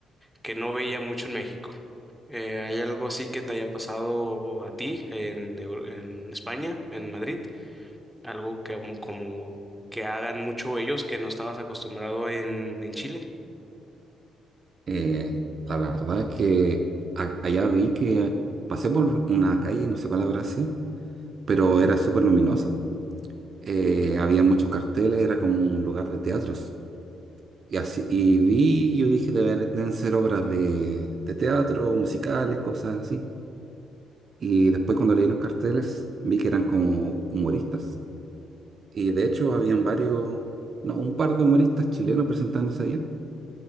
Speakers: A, in the centre; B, on the right.
A: que no veía mucho en México. Eh, ¿hay algo así que te haya pasado a ti en, Eu- en España, en Madrid? Algo que como, como que hagan mucho ellos que no estabas acostumbrado en, en Chile.
B: Eh, la verdad es que a- allá vi que pasé por una calle, no sé cuál habrá sido pero era súper luminosa. Eh, había muchos carteles, era como un lugar de teatros. Y así, y vi, yo dije, "Debe- deben ser obras de, de teatro, musicales, cosas así. Y después cuando leí los carteles, vi que eran como humoristas. Y de hecho habían varios, no, un par de humoristas chilenos presentándose allá.